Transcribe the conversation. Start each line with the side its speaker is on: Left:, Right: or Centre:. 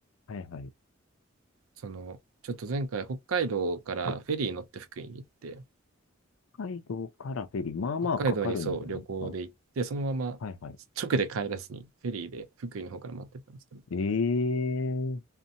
Left: はいはい。
Right: その、ちょっと前回北海道からフェリー乗って福井に行って、
Left: 北海道からフェリー、まあまあかかるんじゃないですか。
Right: 北海道にそう旅行で行って、
Left: は
Right: そのまま
Left: いはい。
Right: 直で帰らずにフェリーで福井の方から待ってったんですけど、
Left: ええ